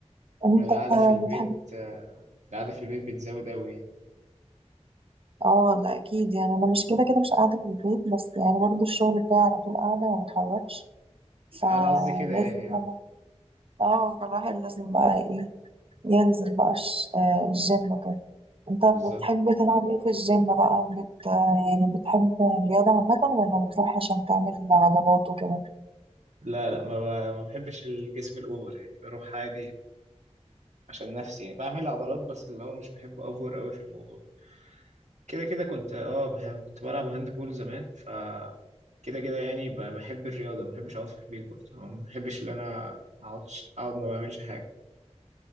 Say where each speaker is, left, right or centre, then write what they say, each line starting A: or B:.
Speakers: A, on the right (about 50°); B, on the right (about 80°).
A: انت
B: القعدة في البيت
A: بتحب
B: آه القعدة في البيت بتزود أوي يعني
A: اه ده اكيد يعني انا مش كده كده مش قاعدة في البيت بس يعني برضه الشغل بتاعي على طول قاعدة وما بتحركش
B: أنا
A: فلازم
B: قصدي كده يعني
A: بقى-
B: اه
A: اه فالواحد لازم بقى ايه ينزل بقى الش- آه، الجيم وكده انت
B: بالظبط
A: بتحب تلعب ايه في الجيم بقى بت... آه، يعني بتحب الرياضة عامة ولا بتروح عشان تعمل عضلات وكده
B: لا لا ما, ب... ما بحبش الجسم الأوفر يعني بروح عادي عشان نفسي يعني بعمل عضلات بس اللي هو مش بحب أوفر أوي في الموضوع كده كده كنت اه بحب كنت بلعب هاند بول زمان ف كده كده يعني ب- بحب الرياضة ما بحبش أقعد في البيت برضه أو ما بحبش إن أنا أقعدش أقعد ما بعملش حاجة